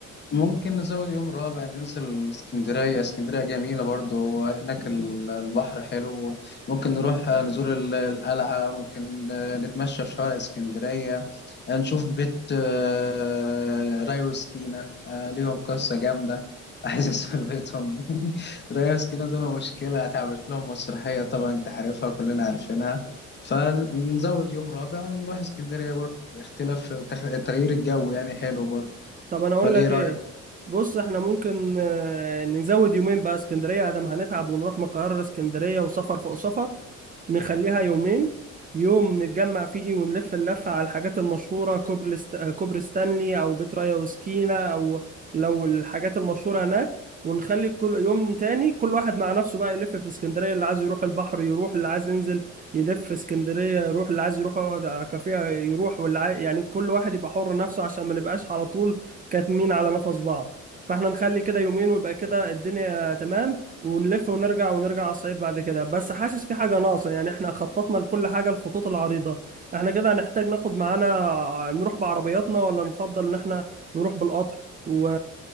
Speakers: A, on the left; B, on the right.
A: ممكن نزود يوم رابع ننزل اسكندرية اسكندرية جميلة برضو هناك ال- البحر حلو ممكن نروح نزور ال- القلعة ممكن نتمشى في شوارع اسكندرية نشوف بيت آه، راي وسكينة آه، ليهم قصة جامدة <laughs> عايز أسافر بيتهم <laughs> راي وسكينة دول مشكلة اتعملت لهم مسرحية طبعا أنت عارفها كلنا عارفينها فنزود يوم رابع ونروح اسكندرية برضو اختلاف تغيير الجو يعني حلو برضو
B: طب انا اقول
A: ولا
B: لك
A: إيه رأيك؟
B: ايه بص احنا ممكن آه، نزود يومين بقى اسكندرية ادم هنتعب ونروح من القاهرة لاسكندرية وسفر فوق سفر نخليها يومين يوم نتجمع فيه ونلف اللفة على الحاجات المشهورة كوبري است... كوبري ستانلي أو بيت ريا وسكينة أو لو الحاجات المشهورة هناك ونخلي كل يوم تاني كل واحد مع نفسه بقى يلف في اسكندرية اللي عايز يروح البحر يروح اللي عايز ينزل يلف في اسكندرية يروح اللي عايز يروح يقعد على كافيه يروح واللي عاي... يعني كل واحد يبقى حر نفسه عشان ما نبقاش على طول كاتمين على نفس بعض فاحنا نخلي كده يومين ويبقى كده الدنيا تمام ونلف ونرجع ونرجع على الصعيد بعد كده بس حاسس في حاجة ناقصة يعني احنا خططنا لكل حاجة الخطوط العريضة احنا كده هنحتاج ناخد معانا نروح بعربياتنا ولا نفضل ان احنا نروح بالقطر و...